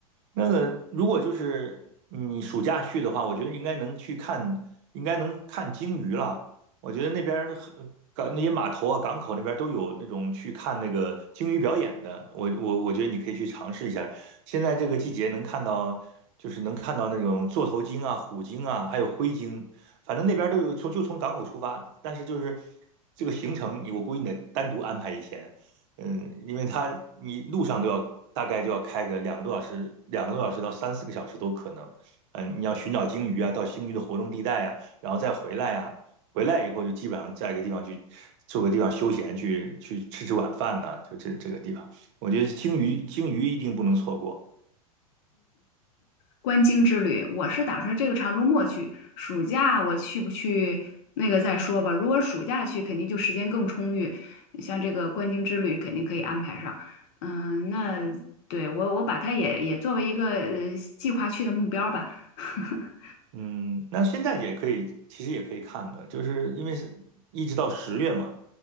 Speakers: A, on the right; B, on the left.
A: 那个如果就是你暑假去的话，我觉得应该能去看，应该能看鲸鱼了。我觉得那边儿的很港那些码头啊、港口那边儿都有那种去看那个鲸鱼表演的。我我我觉得你可以去尝试一下。现在这个季节能看到，就是能看到那种座头鲸啊、虎鲸啊，还有灰鲸，反正那边儿都有。从就从港口出发，但是就是这个行程你，我估计你得单独安排一天。嗯，因为它你路上都要大概就要开个两个多小时，两个多小时到三四个小时都可能。嗯，你要寻找鲸鱼啊，到鲸鱼的活动地带啊，然后再回来啊，回来以后就基本上在一个地方去住个地方休闲，去去吃吃晚饭呐、就这这个地方，我觉得鲸鱼鲸鱼一定不能错过。
B: 观鲸之旅，我是打算这个长周末去，暑假我去不去那个再说吧。如果暑假去，肯定就时间更充裕，像这个观鲸之旅肯定可以安排上。嗯，那对我我把它也也作为一个呃计划去的目标吧。<laughs>
A: 嗯，那现在也可以，其实也可以看的，就是因为是一直到十月嘛，